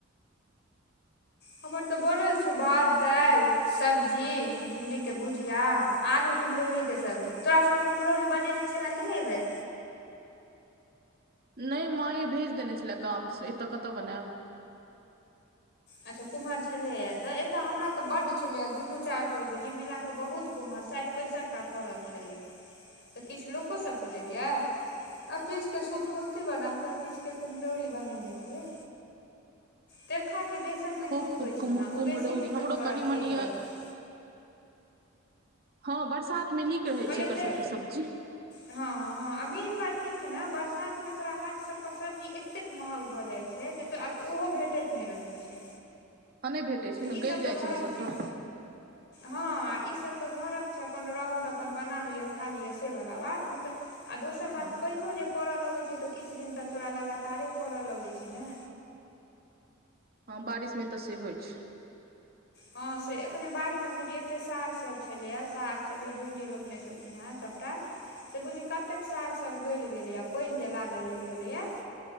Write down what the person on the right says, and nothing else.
नहि माये भेज देने छलए गामसँ एतय कतय बनायब
खो
खूब
कुम्हरौरी
हमरो
कनि
मनि
अइ हँ बरसातमे नीक रहै
छै एकर
सभके सब्जी
आ नहि भेटैत छै ने
गलि
जाइत छै
ने सभटा
हँ
हँ बारिशमे तऽ सेहो होइ छै